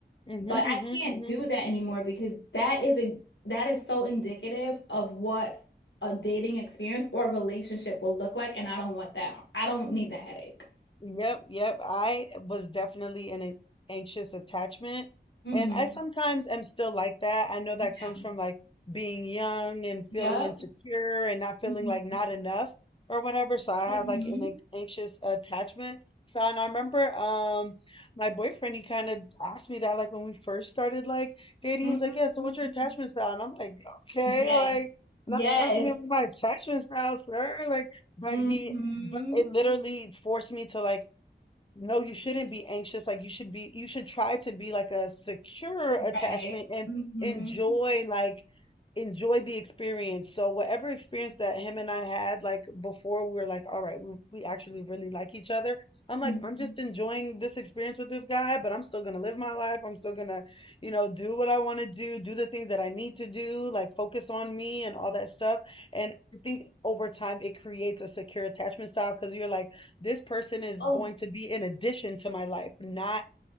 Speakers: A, on the left; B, on the left.
A: Mm-hmm.
B: But
A: Mm-hmm.
B: I can't
A: mm-hmm.
B: do that anymore because that is a that is so indicative of what a dating experience or relationship will look like, and I don't want that. I don't need that headache.
A: Yep, yep. I was definitely in an anxious attachment.
B: hmm
A: And I sometimes am still like that. I know that
B: Yeah.
A: comes from like being young and
B: Yep.
A: feeling insecure and not feeling
B: hmm
A: like not enough or whatever. So I have
B: hmm
A: like an anx- anxious attachment. So and I remember um my boyfriend he kind of asked me that like when we first started like dating,
B: hmm
A: he was like, Yeah, so what's your attachment style? And I'm like, Okay,
B: Yes.
A: like not
B: Yes.
A: you asking me about my attachment style, sir. Like but
B: hmm
A: he but it literally forced me to like, no, you shouldn't be anxious. Like you should be, you should try to be like a secure attachment
B: Right.
A: and
B: hmm
A: enjoy like enjoy the experience. So whatever experience that him and I had, like before we were like, all right, we, we actually really like each other. I'm like,
B: hmm
A: I'm just enjoying this experience with this guy, but I'm still gonna live my life. I'm still gonna, you know, do what I want to do, do the things that I need to do, like focus on me and all that stuff. And I think over time it creates a secure attachment style because you're like, this person is
B: Oh,
A: going to be an addition to my life, not